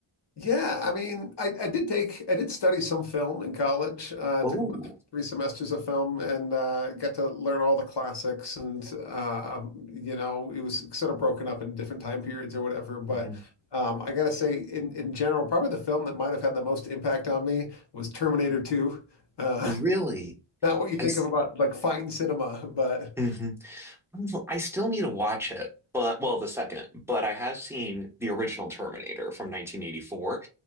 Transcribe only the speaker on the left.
Yeah, I mean, I, I did take I did study some film in college. Uh,
took about three semesters of film and uh, got to learn all the classics. And uh, you know, it was sort of broken up in different time periods or whatever. But
um, I gotta say, in in general, probably the film that might have had the most impact on me was Terminator 2. Uh,
<laughs> not what you think
of about like fine cinema, but